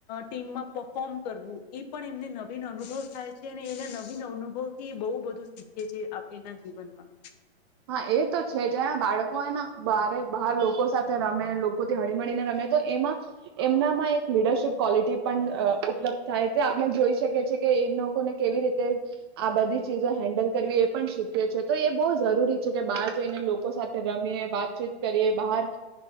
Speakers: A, on the left; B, on the right.
A: ટીમમાં પફોર્મ કરવું એ પણ એમને નવીન અનુભવ થાય છે અને એના નવીન અનુભવ થી એ બહુ બધું શીખે છે એના જીવનમાં.
B: હા એ તો છે જં બાળકો બારે બહાર લોકો સાથે રમે લોકોથી હળીમીને રમે તો એમાં, એમનામાં એક લીડરશીપ ક્વોલિટી પણ ઉપલબ્ધ થાય તે આપણે જોઈ શકીએીએ કે એ લોકોને કેવી રીતે, આ બધી ચીજો હેન્ડલ કરવી એ પણ શીખએ છીએ તો એ બહુ જરૂરી કે બહાર જઈને લોકો સાથે રમીએ વાતચીત કરીએ બહાર,